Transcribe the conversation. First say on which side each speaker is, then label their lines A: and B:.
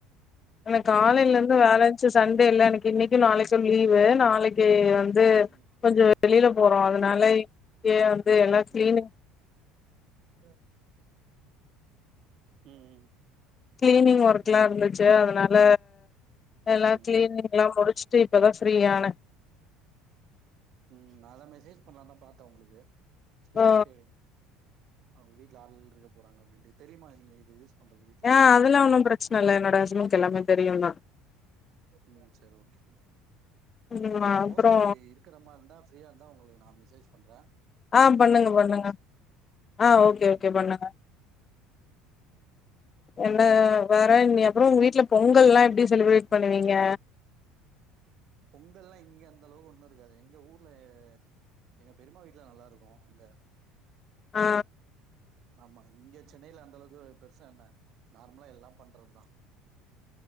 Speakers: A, on the left (about 30°); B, on the right (about 55°).
A: எனக்கு காலையில
B: ஆ.
A: இருந்து வேல இருந்துச்சு சண்டே இல்ல எனக்கு இன்னைக்கு நாளைக்கு லீவு நாளைக் கு வந்து
B: ம்.
A: கொஞ்சோ வெளியில போறோ அதனால இன்னைக்கே வந்து எல்லா கிளீனிங்
B: <unintelligible> ம் ம்
A: கிளீனிங் ஒர்க்ல்லா இருந்துச்சு அத னால எல்லா
B: ம்.
A: கிளீனிங் எல்லா முடிச்சுட்டு இப்பதா ஃப்ரீயானே
B: ம் ம் அதா மெசேஜ் பண்ணலா தா பாத்தே உங்களுக்கு சரி
A: ஓ
B: ஓகே அவுங்க வீட்ல ஆளு ‌கீளு இருக்க போறாங்க அப்டின்ட்டு தெரியுமா உங்ளுக்கு இது யூஸ் பண்றது வீட்ல
A: ஆ அதுல்லா ஒன்னும் பிரச்சன இல்ல என்னோட ஹஸ்பண்ட்க்கு எல்லாமே தெரியும் தா
B: ம் சரி ஓகே
A: ம்
B: சப்போஸ்
A: அப்றோ
B: நா அப்டி இருக்க மார்ருந்தா ஃப்ரீயா இருந்தா உங்களுக்கு நா மெசேஜ் பண்ற
A: ஆ
B: நீங்க
A: பண்ணுங்க
B: ஃப்ரீயா இருந்தா
A: பண்ணுங்க
B: வந்து பேசுங்க
A: ஆ ஓகே
B: ம்
A: ஓகே பண்ணுங்க என்ன வேற வேற இன் அப்புறோ உங்க வீட்ல பொங்கல்லா எப்டி செலிப்ரேட் பண்ணுவீங்க
B: பொங்கல்லா இங்க அந்த அளவுக்கு ஒண்ணும் இருக்காது எங்க ஊர்ல எங்க பெரிம்மா வீட்ல நல்லாயிருக்கும் அங்க
A: ஆ
B: ஆமா இங்க சென்னையில அந்தளவுக்கு பெருசா என்ன நார்மலா எல்லாம் பண்றதுதா